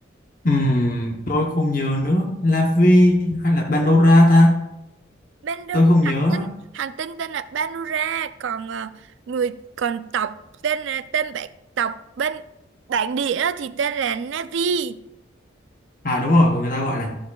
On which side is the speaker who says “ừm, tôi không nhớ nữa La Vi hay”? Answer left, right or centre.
Left